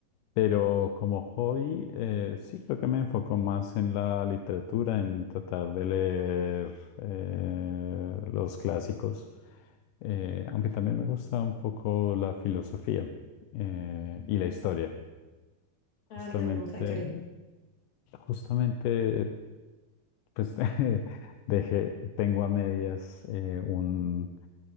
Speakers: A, on the left (about 75°); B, on the left (about 55°).
A: pero como hobby, eh, sí creo que me enfoco más en la literatura, en tratar de leer eh, los clásicos, eh, aunque también me gusta un poco la filosofía eh,
B: Ujú.
A: y la historia.
B: Ah,
A: Justamente,
B: a mí también me gusta la historia.
A: justamente, pues <laughs> dejé, tengo a medias eh, un,